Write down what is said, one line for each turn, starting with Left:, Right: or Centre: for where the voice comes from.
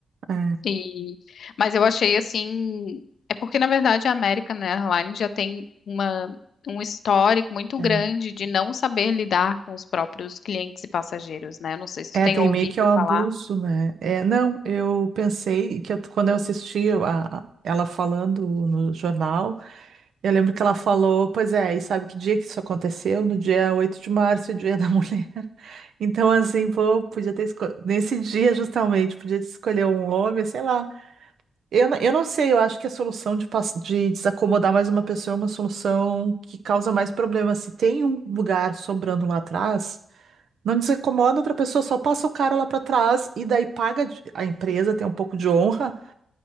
Right: é, é,
Left: E, mas eu achei assim, é porque na verdade a American Airlines já tem uma Um histórico muito
Right: é.
Left: grande de não saber lidar com os próprios clientes e passageiros, né? Não sei se tu
Right: É,
Left: tem
Right: tem
Left: ouvido
Right: meio que é o abuso,
Left: falar.
Right: né? É, não, eu pensei que eu- quando eu assisti a, a- ela falando no jornal, eu lembro que ela falou, pois é, e sabe que dia que isso aconteceu? No dia 8 de março, Dia da <laughs> Mulher. Então, assim, pô, podia ter escolhido, nesse dia justamente, podia ter escolher um homem, sei lá. Eu, não- eu não sei, eu acho que a solução de, pass- de desacomodar mais uma pessoa é uma solução que causa mais problemas. Se tem um lugar sobrando lá atrás. Não desincomoda outra pessoa, só passa o cara lá pra trás e daí paga de- a empresa, tem um pouco de honra,